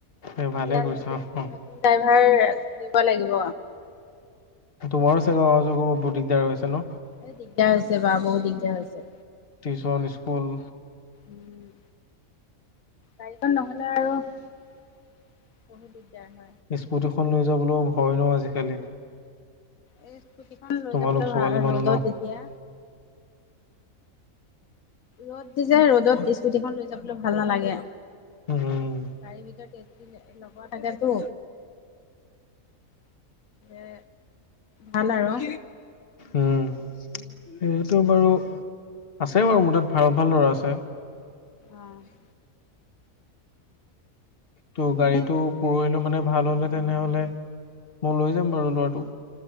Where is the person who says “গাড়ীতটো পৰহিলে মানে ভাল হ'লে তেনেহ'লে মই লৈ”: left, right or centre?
Left